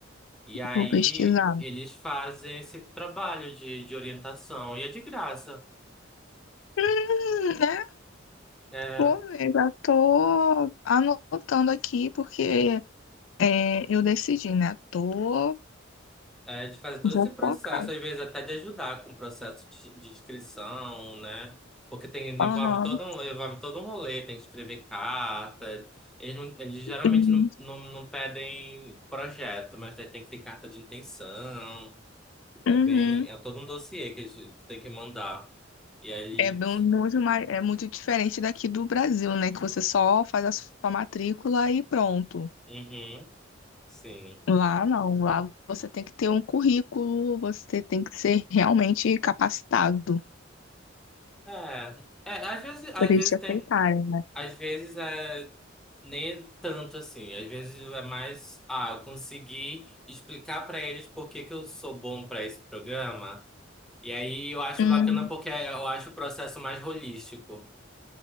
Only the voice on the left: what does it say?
vou pesquisar.
Hum, né?
Vou ver, já tô anotando aqui porque é, eu decidi, né? Tô,
vou
focar.
Aham.
Hum,
Uhum.
É bem- muito mais, é muito diferente daqui do Brasil, né? Que você só faz a sua matrícula e pronto.
Lá não, lá você tem que ter um currículo, você tem que ser realmente capacitado
para eles
te aceitarem,
né?
Hum,